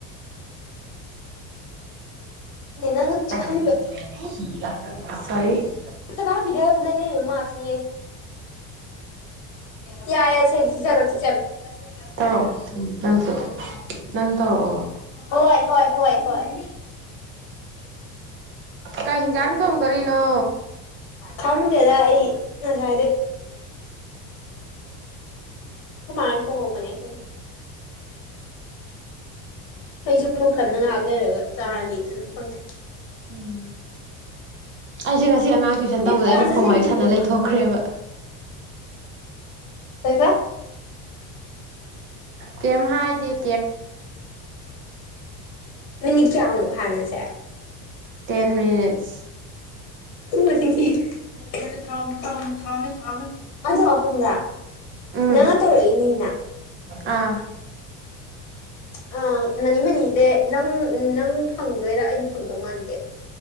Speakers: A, on the left; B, on the right.
A: ꯅꯪꯅ ꯆꯤꯛꯍꯜꯂꯤꯗꯣ
B: ꯎꯝ ꯁꯥꯏ <inaudible>
A: ꯖꯒꯥꯕꯤ <inaudible> ꯗ ꯂꯩꯔꯛꯏꯕ ꯃꯥꯥꯛꯁꯅꯦ ꯑꯩꯁꯦ ꯌꯥꯔ‌ꯦꯁ‌ꯦ <inaudible>
B: ꯇꯧꯔꯛꯑꯣ ꯅꯪꯁꯨ ꯅꯪ ꯇꯧꯔꯛꯑꯣ
A: ꯍꯣꯏ ꯍꯣꯏ ꯍꯣꯏ ꯍꯣꯏ
B: ꯀꯩ ꯍꯤꯡꯖꯥꯡ ꯊꫭꯡꯗꯣꯔꯤꯅꯣ
A: ꯈꯪꯗꯦꯗ ꯑꯩ ꯉꯁꯥꯏꯗꯩ
B: <unintelligible>
A: ꯑꯩꯈꯣꯏꯃꯥꯅ ꯊꯣꯡꯍꯧꯕꯅꯦ ꯈꯪꯗꯦ ꯃꯩꯁꯨ ꯃꯨꯠꯈ꯭ꯔꯕꯅꯤꯅ ꯉꯥꯏꯍꯥꯛ ꯂꯩꯔꯒ ꯆꯥꯔꯅꯤ ꯑꯗꯨꯅ ꯈꯪꯗꯦ
B: ꯎꯝ ꯑꯩꯁꯦ ꯉꯁꯤ ꯑꯉꯥꯡ ꯇꯨꯏꯁꯟ
A: ꯃꯤ
B: ꯇꯧꯕꯗ
A: ꯐꯣꯟꯗ
B: ꯑꯩꯅ ꯐꯣꯜ
A: ꯂꯩꯔꯤꯌꯦ
B: ꯋꯥꯔꯤ ꯁꯥꯟꯅ ꯂꯩꯊꯣꯛꯈ꯭ꯔꯦꯕ
A: ꯃꯥꯗꯣ ꯀꯩꯕ
B: ꯀꯦꯝ ꯍꯥꯏꯗ‌ꯦ
A: ꯃꯤꯅꯤꯠ ꯀꯌꯥꯃꯨꯛ ꯍꯥꯏꯒꯦꯁꯦ
B: ꯇꯦꯟ ꯃꯤꯅꯤꯠꯁ
A: ꯃ ꯃ ꯊ ꯊ ꯊꯅꯦ ꯊ <inaudible> ꯑꯗꯣ ꯈꯪꯕ꯭ꯔꯥ
B: ꯎꯝ
A: ꯅꯪꯅ ꯇꯧꯔꯛꯏꯅꯤꯗꯅ
B: ꯑꯥ
A: ꯑ ꯃꯅꯤ ꯃꯅꯤꯁꯦ ꯅꯪ ꯅꯪ ꯐꯪꯗꯣꯏꯔ ꯑꯩꯗꯤ ꯐꯪꯗꯧ ꯃꯥꯟꯗꯦ